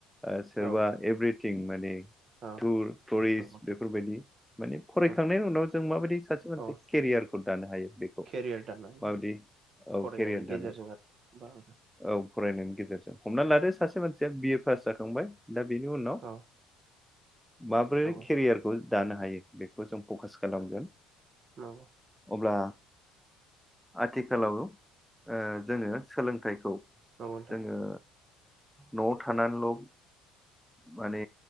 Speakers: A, in the centre; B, on the right.
A: ओ सोरबा
B: औ नोंथां
A: एभ्रिथिं माने
B: औ
A: टुर टुरिस्ट
B: नंगौ
A: बेफोरबायदि माने
B: नोंथां
A: फरायखांनायनि उनाव जों माबायदि सासे मानसिया
B: औ
A: केरियारखौ दानो हायो बेखौ
B: केरियार दानो हायो
A: माबायदि
B: आरो
A: औ
B: फरायनायनि
A: केरियार दानाय
B: गेजेरजों आरो बा
A: औ फरायनायनि गेजेरजों हमनानै लादो सासे मानसिया बि फास जाखांबाय। दा बेनि उनाव।
B: औ
A: माब्रै
B: नंगौ
A: केरियारखौ। दानो हायो? बेखौ जों फकास खालामगोन।
B: नंगौ।
A: अब्ला आथिखालाव ओ जोङो सोलोंथाइखौ।
B: नंगौ नोंथां
A: जोङो। नआव थानानोल माने